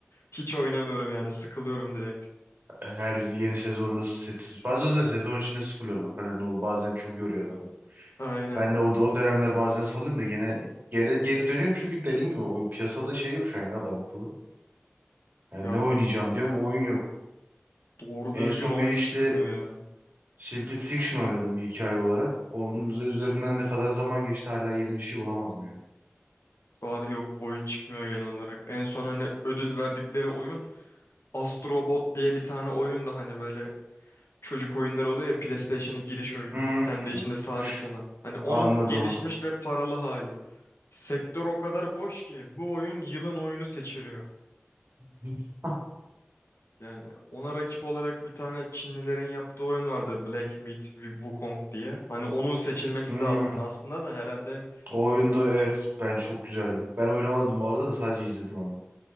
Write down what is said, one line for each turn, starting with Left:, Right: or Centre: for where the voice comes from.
Left: hiç oynamıyorum yani sıkılıyorum direkt.
Right: her yeni sezonda seti bazen de sezon içinde sıfırlıyorlar falan o bazen çok yoruyor adamı.
Left: Aynen.
Right: Ben de o, o dönemler bazen salıyorum da gene geri, geri dönüyorum çünkü dediğin gibi o piyasada şey yok şu an ya adam akıllı. Yani
Left: Ya
Right: ne oynayacağım diyorum oyun yok.
Left: doğru
Right: En
Left: düzgün
Right: son
Left: oyun
Right: bir işte
Left: çıkmıyor ya.
Right: Split Fiction oynadım bir hikaye olarak. Onun üzerinden ne kadar zaman geçti hala yeni bir şey bulamadım yani.
Left: Abi yok oyun çıkmıyor genel olarak. En son hani ödül verdikleri oyun Astrobot diye bir tane oyun da hani böyle çocuk oyunları oluyor ya PlayStation'ın giriş oyunu.
Right: Hmm,
Left: Kendi içinde sabit
Right: push.
Left: olan. Hani onun
Right: Anladım.
Left: gelişmiş ve paralı hali. Sektör o kadar boş ki bu oyun yılın oyunu seçiliyor.
Right: <laughs>
Left: Yani ona rakip olarak bir tane Çinlilerin yaptığı oyun vardı Black Myth Wukong diye. Hani onun seçilmesi
Right: Hmm,
Left: lazımdı aslında da herhalde
Right: o oyunda evet ben çok güzeldi. Ben oynamadım bu arada da sadece izledim ama.